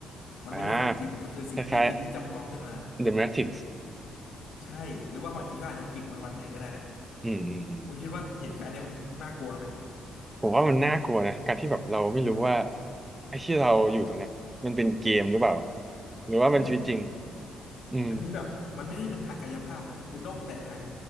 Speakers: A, on the left (about 80°); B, on the right (about 20°).
A: มันไม่ใช่ของจริงมันคือสิ่งมีสิ่งที่จำลองขึ้นมา
B: อ่าคล้ายๆ The Matrix
A: ใช่หรือว่าบางทีเขาอาจจะปิดมันวันไหนก็ได้
B: อืมอืมอืม
A: คุณคิดว่าเหตุการณ์เนี้ยมันน่ากลัวไหม
B: ผมว่ามันน่ากลัวนะการที่แบบเราไม่รู้ว่า
A: เออ
B: ไอ้ที่เราอยู่ตรงเนี้ยมันเป็นเกมหรือเปล่าหรือว่ามันชีวิตจริง
A: ใช่
B: อืม
A: อันนี้แบบมันไม่ได้เป็นทางกายภาพนะมันคือโลกแตกทาง